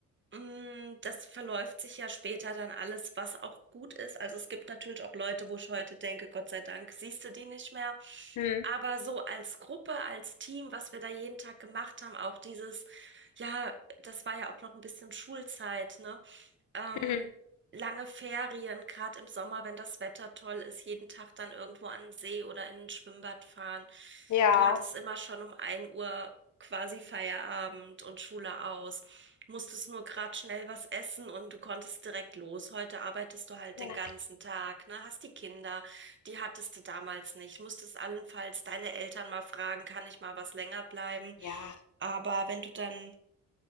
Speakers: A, on the right; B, on the left.
A: Mm, Das verläuft sich ja später dann alles, was auch gut ist. Also es gibt natürlich auch Leute, wo ich heute denke, Gott sei Dank, siehst du die nicht mehr.
B: Hm.
A: Aber so als Gruppe, als Team, was wir da jeden Tag gemacht haben, auch dieses, ja, das war ja auch noch ein bisschen Schulzeit, ne? ähm,
B: Mhm.
A: lange Ferien, gerade im Sommer, wenn das Wetter toll ist, jeden Tag dann irgendwo an den See oder in ein Schwimmbad fahren.
B: Ja.
A: Du hattest immer schon um ein Uhr quasi Feierabend und Schule aus, musstest nur gerade schnell was essen und du konntest direkt los. Heute arbeitest du halt
B: Ja.
A: den ganzen Tag, ne? Hast die Kinder, die hattest du damals nicht. Musstest allenfalls deine Eltern mal fragen, kann ich mal was länger bleiben?
B: Ja.
A: Aber wenn du dann